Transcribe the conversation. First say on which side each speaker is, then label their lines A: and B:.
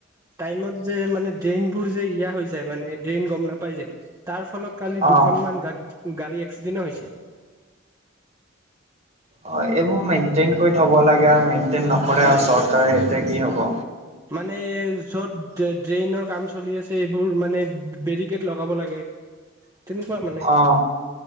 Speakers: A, on the right; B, on the right.
A: টাইমত যে মানে ড্ৰেইনবোৰ যে ইয়া হৈ যায় মানে ড্ৰেইন গম নাপাই যায় তাৰ ফলত। কালি
B: অ
A: দুখনমান গা গাড়ী এক্সিডেন্ট হৈছে।
B: অ এইবোৰ মেইনটেইন কৰি থব লাগে আৰু মেইনটেইন নকৰে
A: হয়
B: আও চৰকাৰে সেতিয়া কি হ'ব।
A: মানে য'ত ড্ৰেইনৰ কাম চলি আছে এইবোৰ মানে বেৰিকেড লগাব লাগে। তেনেকুৱা মানে।
B: অ।